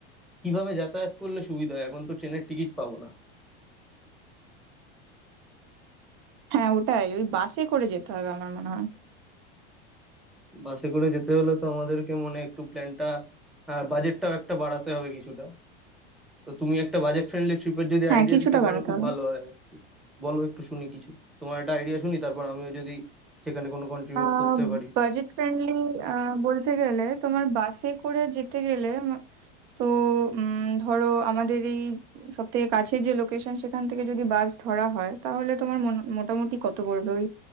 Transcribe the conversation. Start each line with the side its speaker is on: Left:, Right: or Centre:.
Centre: কিভাবে যাতায়াত করলে সুবিধা হয় এখন তো ট্রেনের টিকিট পাবো না
Right: হ্যাঁ ওটাই ওই বাসে করে যেতে হবে আমার মনে হয়
Centre: বাসে করে যেতে হলে তো আমাদেরকে মনে হয় একটু প্ল্যানটা আর বাজেটটাও একটা বাড়াতে হবে কিছুটা তো তুমি একটা বাজেট ফ্রেন্ডলি ট্রিপের যদি
Right: হ্যাঁ
Centre: আইডিয়া
Right: কিছুটা
Centre: দিতে পারো
Right: বাড়াতে
Centre: খুব
Right: হবে
Centre: ভালো হয় বলো একটু শুনি কিছু তোমার একটা আইডিয়া শুনি তারপর আমিও যদি সেখানে কোনো কন্ট্রিবিউট
Right: আহ
Centre: করতে পারি
Right: বাজেট ফ্রেন্ডলি বলতে গেলে তোমার বাসে করে যেতে গেলে উম, তো উম, ধরো আমাদের এই সব থেকে কাছের যে লোকেশন সেখান থেকে যদি বাস ধরা হয় তাহলে তোমার মন- মোটামুটি কত পড়বে ওই